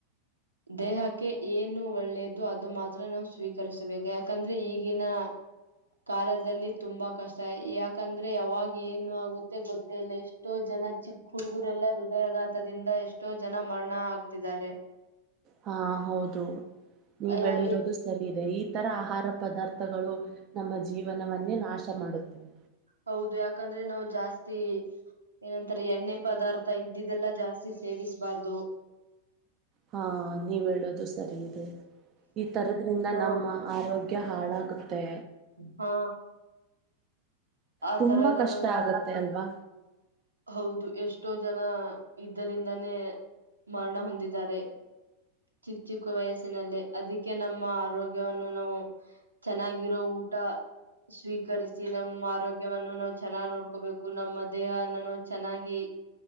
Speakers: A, on the right (about 80°); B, on the right (about 35°).
A: ದೇಹಕ್ಕೆ ಏನು ಒಳ್ಳೆಯದು ಅದು ಮಾತ್ರ ನಾವು ಸ್ವೀಕರಿಸಬೇಕು ಯಾಕಂದ್ರೆ ಈಗಿನ ಕಾಲದಲ್ಲಿ ತುಂಬಾ ಕಷ್ಟ ಯಾಕಂದ್ರೆ ಯಾವಾಗ ಏನು ಆಗುತ್ತೆ ಗೊತ್ತ ಮತ್ತಲ್ಲ ಎಷ್ಟೋ ಜನ ಚಿಕ್ ಹುಡುಗುರೆಲ್ಲಾ ಹೃದಯಾಘಾತದಿಂದ ಎಷ್ಟೋ ಜನ ಮರಣ ಆಗ್ತಿದ್ದಾರೆ
B: ಹಾ ಹೌದು ನೀವು
A: ಯಾ-
B: ಹೇಳಿರದು
A: ಎ-
B: ಸರಿ ಇದೆ ಈ ತರ ಆಹಾರ ಪದಾರ್ಥಗಳು ನಮ್ಮ ಜೀವನವನ್ನೇ ನಾಶ ಮಾಡುತ್ತವೆ
A: ಹೌದು ಯಾಕಂದ್ರೆ ನಾವು ಜಾಸ್ತಿ ಏನಂತಾರೆ ಎಣ್ಣೆ ಪದಾರ್ಥ ಇದ್ದಿದೆಲ್ಲಾ ಜಾಸ್ತಿ ಸೇವಿಸ್ಬಾರ್ದು
B: ಹಾ ನೀವ ಹೇಳೋದು ಸ ಸರಿ ಇದೆ ಈ ತರದ್ರಿಂದ
A: ಹಾ
B: ನಮ್ಮ ಆರೋಗ್ಯ ಹಾಳಾಗುತ್ತೆ
A: ಹಾ ಆ
B: ತುಂಬಾ
A: ತರ ಎಲ್ಲ
B: ಕಷ್ಟ
A: ನಾವು ಜಾಸ್ತಿ
B: ಆಗತ್ತೆ ಅಲ್ವಾ
A: ಹೌದು ಎಸ್ಟ್ ಎಷ್ಟೋ ಜನ ಇದ್ದರಿಂದಾನೇ ಮರಣ ಹೊಂದಿದ್ದಾರೆ ಚಿಕ್ಕ ಚಿಕ್ಕ ವಯಸ್ಸಿನಲ್ಲಿ ಅದಕ್ಕೆ ನಮ್ಮ ಆರೋಗ್ಯವನ್ನು ನಾವು ಚೆನ್ನಾಗಿರೋ ಊಟ ಸ್ವೀಕರಿಸಿ ನಮ್ಮ ಆರೋಗ್ಯವನ್ನು ನಾವ್ ಚೆನ್ನಾಗ್ ನೋಡ್ಕೋಬೇಕು ನಮ್ಮ ದೇಹನ್ನ ನಾವು ಚೆನ್ನಾಗಿ